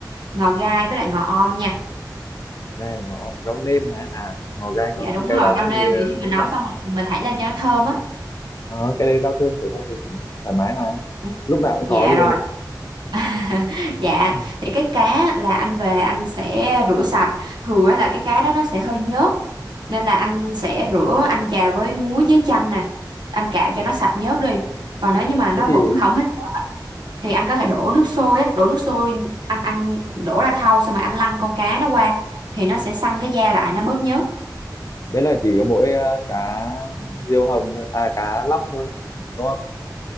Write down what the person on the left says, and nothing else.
ngò gai ngọ rau nêm hả à ngò gai ngó
cái cái
đó
thì à,
cũng
rau
ờ, cái đấy rau thơm phổi thông thì cũng thoải mái mà
lúc nào cũng có
luôn
ấy
Ừ.
thế thì
đấy là chỉ có mỗi à, cá diêu hồng thôi à cá lóc thôi đúng không